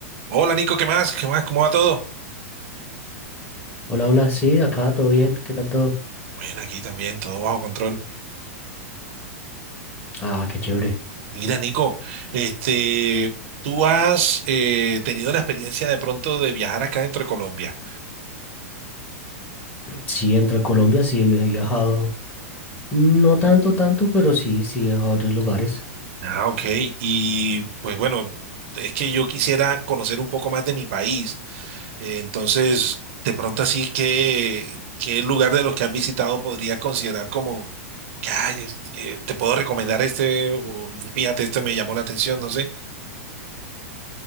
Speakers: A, on the right; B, on the left.
A: Hola Nico, ¿qué más? ¿Qué más? ¿Cómo va todo?
B: Hola, hola, sí, acá todo bien, ¿qué tal todo?
A: Bueno, aquí también, todo bajo control.
B: Ah, qué chévere.
A: Mira, Nico, este, tú has eh, tenido la experiencia de pronto de viajar acá dentro de Colombia.
B: Sí, entro a Colombia, sí he he viajado, no tanto, tanto, pero sí, sí, a varios lugares.
A: Ah, ok. Y pues bueno, es que yo quisiera conocer un poco más de mi país. Eh, entonces, de pronto así que, ¿qué lugar de los que has visitado podrías considerar como, que "Ay, es- eh, te puedo recomendar este, o fíjate, este me llamó la atención, no sé.